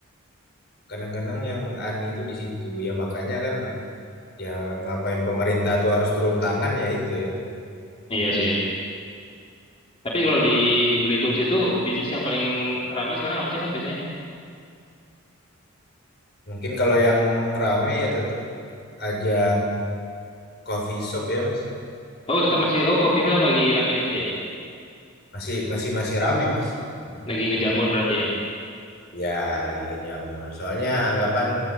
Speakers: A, on the left; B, on the left.
A: Kadang-kadang yang aneh itu di situ ya makanya kan ya ngapain pemerintah tuh harus turun tangan ya itu ya
B: Iya sih. Tapi kalau di Belitung situ bisnis yang paling ramai sekarang apa sih Mas biasanya?
A: mungkin kalau yang rame ya tetap aja coffee shop ya mas
B: Oh, tetap masih oh Coffee House lagi ramai di situ ya.
A: masih masih masih rame mas
B: Lagi ngejamur berarti ya.
A: ya lagi jamur soalnya anggapan